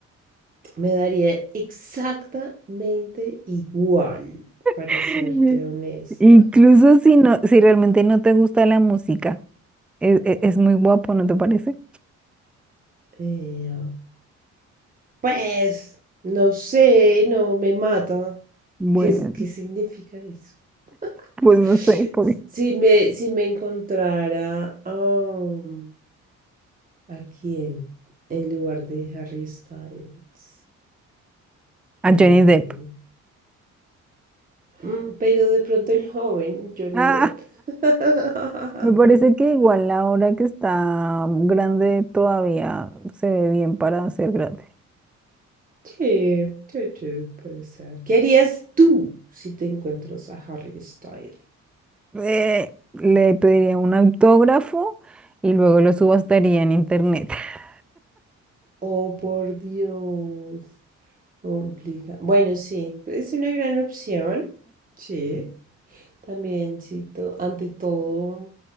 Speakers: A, on the right (about 30°); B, in the centre.
A: Me daría exactamente igual, para
B: <laughs>
A: serte honesta.
B: Incluso si no, si realmente no te gusta la música, es, es- es muy guapo, ¿no te parece?
A: Eh, Pues, no sé, no me mata.
B: Bueno,
A: ¿Qué, es- qué significa eso?
B: pues
A: <laughs>
B: no sé, por
A: Si me, si me encontrara am, a quién en lugar de Harry Styles.
B: a
A: Eh,
B: Johnny Depp.
A: mm, pero de pronto el joven Johnny
B: Ah,
A: Depp. <laughs>
B: me parece que igual ahora que está grande todavía se ve bien para ser grande.
A: Sí, sí, sí, puede ser. ¿Qué harías tú si te encuentras a Harry Styles?
B: Eh, le pediría un autógrafo y luego lo subastaría en internet. <laughs>
A: Oh, por Dios. Complica. Bueno, sí, es una gran opción. Sí. También, sí, to- ante todo,